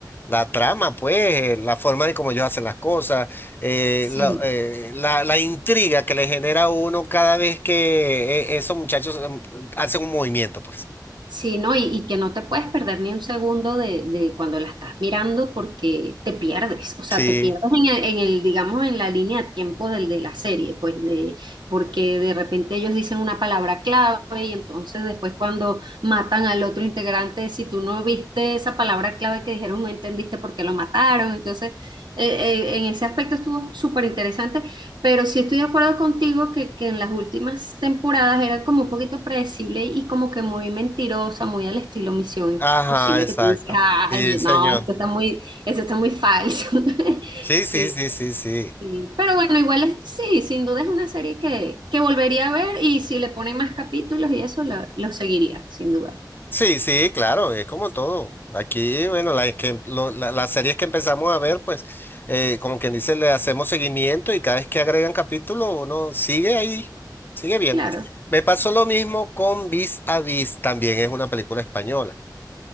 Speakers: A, on the left; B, on the right.
A: La trama, pues, eh, la forma de cómo ellos hacen las cosas, eh,
B: sí.
A: la, eh, la- la intriga que le genera a uno cada vez que eh, esos muchachos em, hacen un movimiento, pues.
B: Sí, ¿no? Y, y que no te puedes perder ni un segundo de, de cuando la estás mirando porque te pierdes, o sea,
A: Sí.
B: te pierdes en el, en el, digamos, en la línea de tiempo del, de la serie, pues de, porque de repente ellos dicen una palabra clave y entonces después cuando matan al otro integrante, si tú no viste esa palabra clave que dijeron, no entendiste por qué lo mataron, entonces eh, eh, en ese aspecto estuvo súper interesante pero sí estoy de acuerdo contigo que, que en las últimas temporadas era como un poquito predecible y como que muy mentirosa, muy al estilo Misión
A: Ajá,
B: Imposible,
A: exacto.
B: que tú dices, ay,
A: Sí, señor.
B: no, esto está muy, eso está muy falso. <laughs>
A: Sí,
B: Sí,
A: sí, sí, sí, sí.
B: sí. Pero bueno, igual es, sí, sin duda es una serie que, que volvería a ver y si le ponen más capítulos y eso, lo, lo seguiría, sin duda.
A: Sí, sí, claro, es como todo. Aquí, bueno, la que- lo- la- las series que empezamos a ver, pues, eh, como quien dice, le hacemos seguimiento y cada vez que agregan capítulo, uno sigue ahí, sigue bien.
B: Claro.
A: Me pasó lo mismo con Vis a Vis, también es una película española.